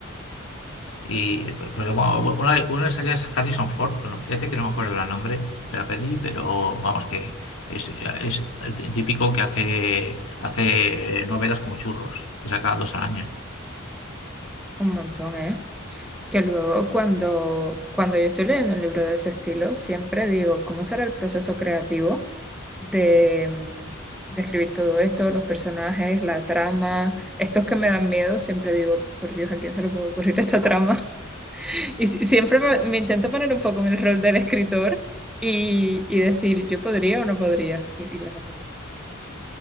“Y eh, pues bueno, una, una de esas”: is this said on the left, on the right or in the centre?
Left